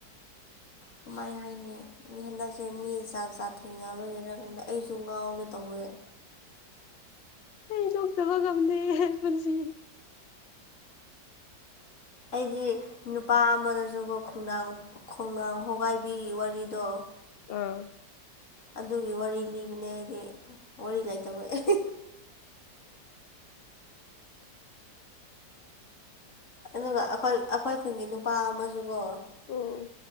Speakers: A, on the left; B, on the left.
A: ꯀꯃꯥꯏ ꯍꯥꯏꯅꯤ ꯍꯟꯗꯛꯁꯦ ꯃꯤꯖꯥꯠ ꯖꯠ ꯊꯦꯡꯅꯕꯒꯤꯔ ꯈꯪꯗꯦ ꯑꯩꯁꯨ ꯉꯥꯎꯒꯦ ꯇꯧꯋꯦ
B: ꯑꯩ ꯅꯣꯛꯇꯕ ꯉꯝꯗꯦ ꯍꯦ ꯄꯨꯟꯁꯤ
A: ꯑꯩꯗꯤ ꯅꯨꯄꯥ ꯑꯃꯗꯁꯨꯀꯣ ꯈꯣꯡꯅꯥꯡ ꯈꯣꯡꯅꯥꯡ ꯍꯣꯒꯥꯏꯕꯤ ꯋꯥꯔꯤꯗꯣ
B: ꯑꯥꯝ
A: ꯑꯗꯨꯒꯤ ꯋꯥꯔꯤ ꯂꯤꯕꯅꯦ ꯑꯩꯗꯤ ꯋꯥꯔꯤ ꯂꯩꯇꯕꯒꯤ ꯑꯗꯨꯒ ꯑꯩꯈꯣꯏ ꯑꯩꯈꯣꯏ ꯈꯨꯟꯒꯤ ꯅꯨꯄꯥ ꯑꯃꯁꯨꯀꯣ
B: ꯎꯝ